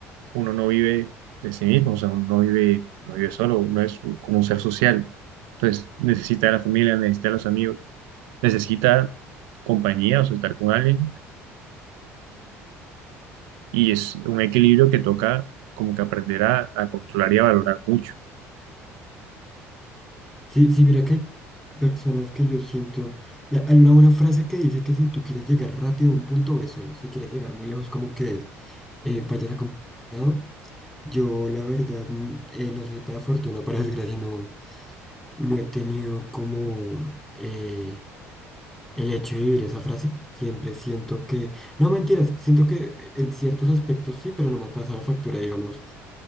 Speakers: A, on the right (about 70°); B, in the centre.
A: uno no vive de sí mismo, o sea, uno no vive, no vive solo, uno es un- como un ser social, entonces necesita a la familia, necesita a los amigos, necesita compañía, o sea, estar con alguien Y es un equilibrio que toca como que aprender a, a controlar y a valorar mucho.
B: Sí, sí, mira que hay personas que yo siento, eh, hay una buena frase que dice que si tú quieres llegar rápido a un punto, ve solo, si quieres llegar muy lejos, como que eh, vayas acompañado. Yo la verdad, mm, eh, no sé, para fortuna o para desgracia, no, no he tenido como... eh, El hecho de vivir esa frase, siempre siento que, no mentiras, siento que en ciertos aspectos sí, pero no me ha pasado factura, digamos,